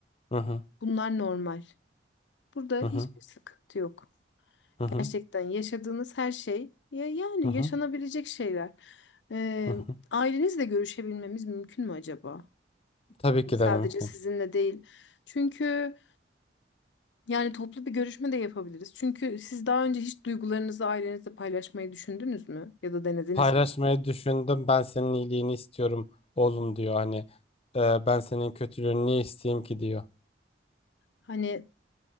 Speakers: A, on the left; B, on the left.
A: Hı hı.
B: Bunlar normal. Burada
A: Hı
B: hiçbir
A: hı.
B: sıkıntı yok.
A: Hı hı.
B: Gerçekten yaşadığınız her şey ya yani
A: Hı hı.
B: yaşanabilecek şeyler. E,
A: Hı hı.
B: ailenizle görüşebilmemiz mümkün mü acaba?
A: Tabii
B: Hani
A: ki
B: sadece
A: de mümkün.
B: sizinle değil. Çünkü Yani toplu bir görüşme de yapabiliriz. Çünkü siz daha önce hiç duygularınızı ailenizle paylaşmayı düşündünüz mü? Ya da denediniz
A: Paylaşmayı
B: mi?
A: düşündüm. Ben senin iyiliğini istiyorum oğlum diyor. Hani e, ben senin kötülüğünü niye isteyeyim ki diyor.
B: Hani